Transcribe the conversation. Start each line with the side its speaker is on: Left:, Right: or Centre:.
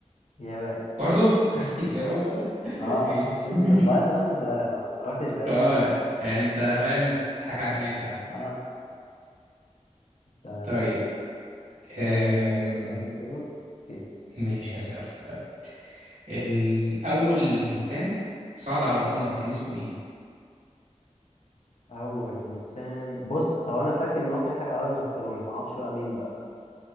Left: اليابان
Right: برضو <laughs> اليابان برضو
Left: آه
Right: ماشي
Left: شفت
Right: <laughs>
Left: سؤ- سؤال في نفس سؤالك آه ما رحتش بعيد
Right: أه أنت فاهم بتضحك على ماشي يا عم
Left: آه تمام
Right: طيب أم...
Left: آه أنت عليك دور أوكي
Right: ماشي هسألك طيب الأول إنسان صعد على القمر كان اسمه إيه؟
Left: أول إنسان بص هو أنا فاكر إن هو في حاجة أرمسترونج ما أعرفش بقى مين بقى